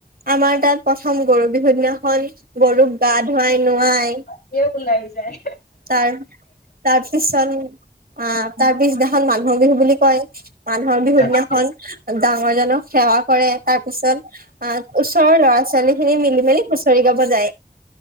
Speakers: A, on the right (about 65°); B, on the left (about 75°).
A: আমাৰ তাত প্ৰথম গৰু বিহু দিনাখন গৰুক গা ধুৱাই, নোৱাই।
B: সিও কোলাই যায়।
A: তাৰ, তাৰ পিছত। অহ, তাৰ পিছদিনাখন মানুহৰ বিহু বুলি কয়, মানুহৰ বিহুৰ
B: আচ্ছা
A: দিনাখন ডাঙৰ জনক সেৱা কৰে, তাৰ পিছত অ', ওচৰৰ ল'ৰা-ছোৱালীখিনি মিলি মেলি হুঁচৰি গাব যায়।